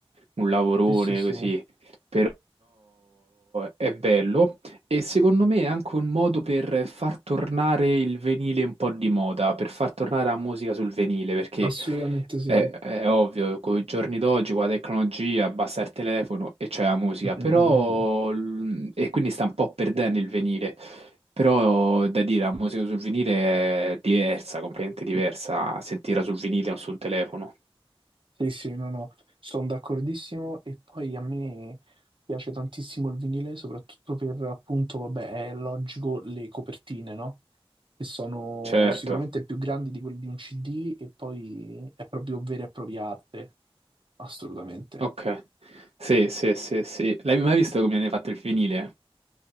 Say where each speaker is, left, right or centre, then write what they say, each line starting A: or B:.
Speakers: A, on the right; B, on the right.
A: un lavorone
B: Sì, sì, sì,
A: così, però è bello. E secondo me è anche un modo per far tornare il venile un po' di moda, per far tornare la musica sul venile, perché
B: assolutamente sì.
A: è, è ovvio, con i giorni d'oggi, con la tecnologia, basta il telefono e c'è la musica,
B: Mm, mm,
A: però
B: mm. mm.
A: l- e quindi sta un po' perdendo il venile. Però è da dire, la musica sul vinile è diversa, completamente diversa, sentirla sul vinile o sul telefono.
B: Sì, sì, no, no, sono d'accordissimo e poi a me piace tantissimo il vinile, soprattutto per appunto, vabbè, è logico le copertine, no? Che sono
A: Certo,
B: sicuramente più grandi di quelle di un CD e poi è proprio vera e propria arte, assolutamente.
A: ok. Sì, sì, sì, sì. L'hai mai visto come viene fatto il vinile?